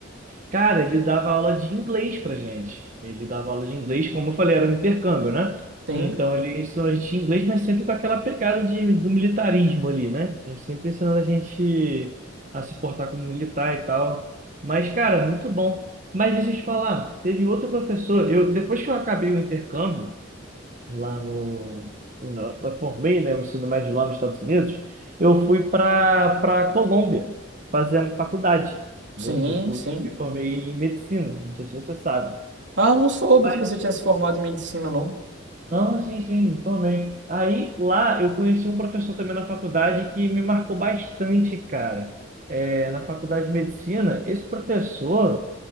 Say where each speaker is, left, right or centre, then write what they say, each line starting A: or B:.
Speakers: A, on the right; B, on the right.
A: Cara, ele dava aula de inglês pra gente. Ele dava aula de inglês, como eu falei, era um intercâmbio, né?
B: Sim,
A: Então ele ensinou a gente inglês, mas sempre com aquela pegada de, do militarismo ali, né? Ele sempre ensinando a gente a se portar como militar e tal. Mas, cara, muito bom. Mas deixa eu te falar, teve outro professor, eu, depois que eu acabei o intercâmbio, lá no, na- eu formei, né, o ensino médio lá nos Estados Unidos, eu fui para para Colômbia fazer a faculdade, entendeu?
B: sim,
A: Que eu fui,
B: sim.
A: me formei em medicina, não sei se você sabe.
B: Ah, não soube
A: Mas,
B: que você tinha se formado em medicina, não.
A: não, sim, sim, me formei. Aí lá eu conheci um professor também na faculdade que me marcou bastante, cara. É, na faculdade de medicina, esse professor,